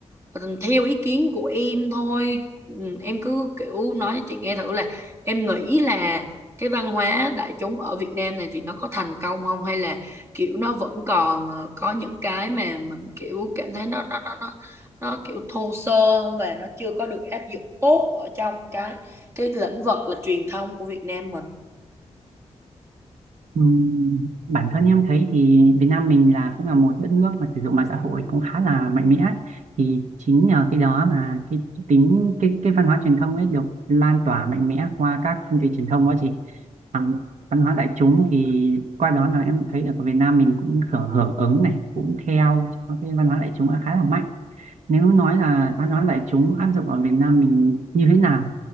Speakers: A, on the right; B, on the right.
A: Còn Theo ý kiến của em thôi ừ, em cứ kiểu nói cho chị nghe thử là em nghĩ là cái văn hóa đại chúng ở Việt Nam này thì nó có thành công không hay là kiểu nó vẫn còn ờ, có những cái mà mình kiểu cảm thấy nó nó nó nó, nó kiểu thô sơ và nó chưa có được áp dụng tốt ở trong cái cái lĩnh vực là truyền thông của Việt Nam mình
B: Ừm, bản thân em thấy thì Việt Nam mình là cũng là một đất nước mà sử dụng mạng xã hội cũng khá là mạnh mẽ thì chính nhờ cái đó mà cái tính cái cái văn hóa truyền thông ấy được lan tỏa mạnh mẽ qua các phương tiện truyền thông đó chị Bằng văn hóa đại chúng thì qua đó là em thấy là Việt Nam mình cũng hưởng hưởng ứng này cũng theo cái văn hóa đại chúng là khá là mạnh nếu nói là văn hóa đại chúng áp dụng ở Việt Nam mình như thế nào